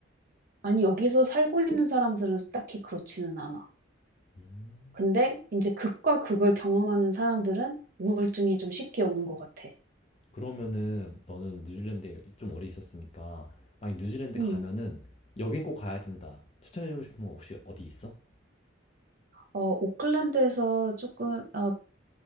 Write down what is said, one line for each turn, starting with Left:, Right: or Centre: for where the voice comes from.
Right: 아니 여기서 살고 있는 사람들은 딱히 그렇지는 않아.
Left: 음.
Right: 근데 이제 극과 극을 경험하는 사람들은 우울증이 좀 쉽게 오는 것 같아.
Left: 그러면은 너는 뉴질랜드에 좀 오래 있었으니까 만약 뉴질랜드
Right: 음.
Left: 가면은 여긴 꼭 가야 된다. 추천해주고 싶은 거 혹시 어디 있어?
Right: 어, 오클랜드에서 조금, 어,